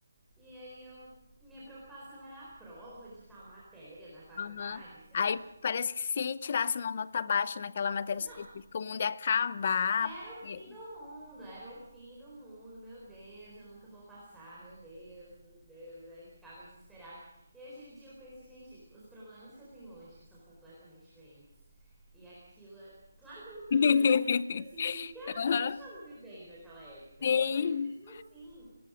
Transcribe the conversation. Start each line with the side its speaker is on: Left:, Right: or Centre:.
Centre: E aí eu. Minha preocupação era a prova de tal matéria da faculdade,
Left: Aham.
Centre: sabe?
Left: Aí
Centre: Tipo,
Left: parece que se tirasse uma nota baixa naquela matéria
Centre: não,
Left: específica, o mundo ia acabar.
Centre: Era o
Left: E-
Centre: fim do mundo, era o fim do mundo, meu Deus, eu nunca vou passar, meu Deus, meu Deus. Aí ficava desesperado. E hoje em dia eu penso, gente, os problemas que eu tenho hoje são completamente diferentes. E aquilo é. Claro que eu não tô
Left: <laughs>
Centre: desmerecendo, porque eu senti, porque era
Left: Aham.
Centre: o que a gente tava vivendo naquela época,
Left: Sim.
Centre: né? Mas mesmo assim,